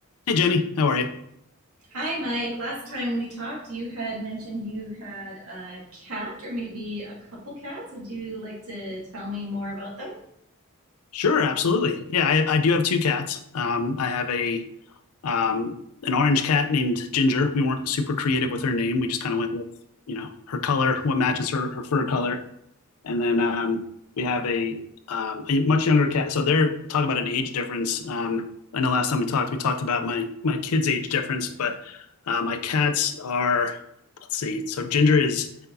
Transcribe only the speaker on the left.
Hey, Jenny, how are you?
Sure, absolutely. Yeah, I, I do have two cats. Um, I have a um, an orange cat named Ginger. We weren't super creative with her name. We just kind of went with, you know, her color, what matches her, her fur color. And then um, we have a um, a much younger cat. So they're talking about an age difference. Um, I know last time we talked, we talked about my my kids' age difference, but uh, my cats are, let's see. So Ginger is